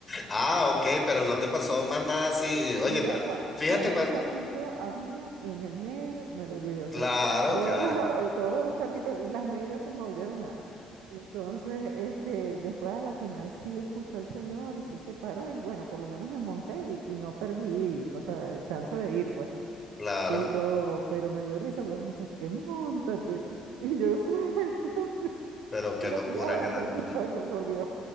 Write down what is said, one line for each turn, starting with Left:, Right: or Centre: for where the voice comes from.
Left: Ah, ok, pero no te pasó más nada así, oye,
Right: Mira
Left: pero
Right: cua-
Left: fíjate
Right: cuánto
Left: cuando,
Right: charquito había en el medio, me lo llevé, o
Left: claro
Right: sea, todos
Left: que va,
Right: los, a- eh, todos los charquitos y las medias se me volvieron nada. Entonces, este, después a la final sí escuchó el señor y sí se paró y bueno, por lo menos me monté y, y no perdí, o sea, el chance de ir, pues.
Left: claro,
Right: Pero, pero me dio risa, pues, muchacho, que montate. <laughs> Y yo, suéltame.
Left: pero
Right: <laughs>
Left: qué
Right: Y
Left: locura,
Right: apiádate,
Left: qué locura.
Right: muchacho, por Dios.